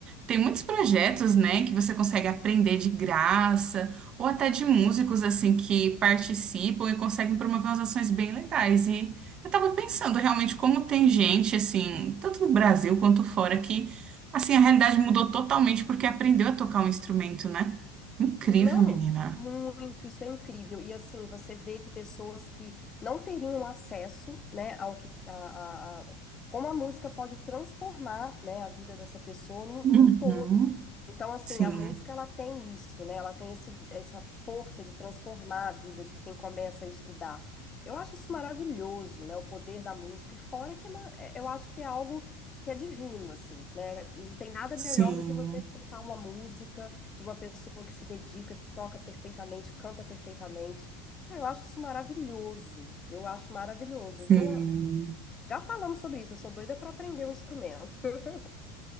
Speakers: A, on the right; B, on the left.
A: Tem muitos projetos, né, que você consegue aprender de graça, ou até de músicos, assim, que participam e conseguem promover umas ações bem legais. E eu tava pensando realmente como tem gente, assim, tanto no Brasil quanto fora, que, assim, a realidade mudou totalmente porque aprendeu a tocar um instrumento, né? Incrível,
B: Não,
A: menina.
B: muito, isso é incrível. E assim, você vê que pessoas que não teriam acesso, né, ao que a, a- a- como a música pode transformar, né, a vida dessa pessoa num,
A: Uhum.
B: num todo. Então, assim,
A: Sim,
B: a música ela tem isso, né? Ela tem esse, essa força de transformar a vida de quem começa a estudar. Eu acho isso maravilhoso, né? O poder da música. E fora que é uma- é- eu acho que é algo que é divino, assim, né? Não tem nada
A: sim,
B: melhor do que você escutar uma música de uma pessoa que se dedica, que toca perfeitamente, canta perfeitamente. Cara, eu acho isso maravilhoso. Eu acho maravilhoso.
A: sim.
B: Eu sou, já falamos sobre isso, eu sou doida para aprender um instrumento. <laughs>